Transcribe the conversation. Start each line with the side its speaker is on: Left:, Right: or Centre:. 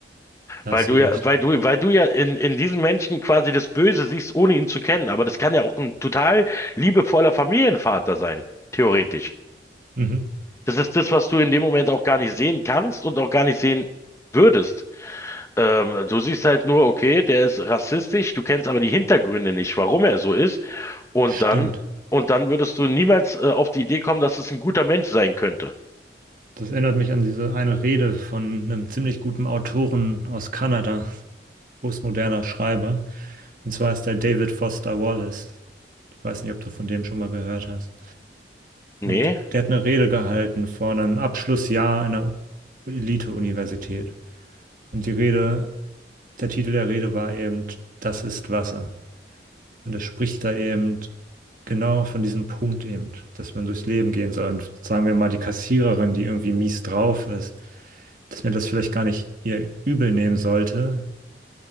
Right: da
Left: Weil
Right: hast
Left: du
Right: du recht.
Left: ja, weil du, weil du ja in, in diesen Menschen quasi das Böse siehst, ohne ihn zu kennen. Aber das kann ja auch ein total liebevoller Familienvater sein, theoretisch.
Right: Mhm,
Left: Das ist das, was du in dem Moment auch gar nicht sehen kannst und auch gar nicht sehen würdest. Ähm, du siehst halt nur, okay, der ist rassistisch, du kennst aber die Hintergründe nicht, warum er so ist. Und
Right: stimmt.
Left: dann, und dann würdest du niemals, äh, auf die Idee kommen, dass es ein guter Mensch sein könnte.
Right: Das erinnert mich an diese eine Rede von einem ziemlich guten Autoren aus Kanada, postmoderner Schreiber. Und zwar ist der David Foster Wallace. Ich weiß nicht, ob du von dem schon mal gehört hast.
Left: Nee,
Right: Und der hat eine Rede gehalten vor einem Abschlussjahr einer Elite-Universität. Und die Rede, der Titel der Rede war eben, das ist Wasser. Und er spricht da eben genau von diesem Punkt eben, dass man durchs Leben gehen soll. Und sagen wir mal, die Kassiererin, die irgendwie mies drauf ist, dass man das vielleicht gar nicht ihr übel nehmen sollte,